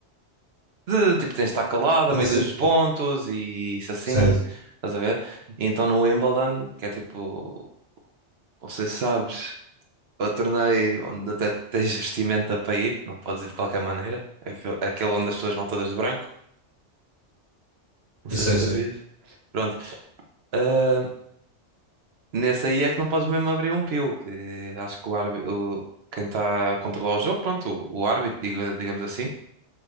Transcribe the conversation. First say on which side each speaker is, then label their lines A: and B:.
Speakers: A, on the right; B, on the right.
A: de tipo tens de estar calado
B: condição
A: a meio dos pontos e isso assim.
B: certo,
A: Estás a ver? E então no Wimbledon, que é tipo, não sei se sabes. ao torneio onde até tens vestimenta para ir, não podes ir de qualquer maneira. Aquele aquele onde as pessoas vão todas de branco, não
B: eu
A: sei
B: sei,
A: se
B: eu sei.
A: sabias. Pronto. Ah, nesse aí é que não podes mesmo abrir um pio, que acho que o árbitro, quem está a controlar o jogo, pronto, o, o árbitro, diga- digamos assim,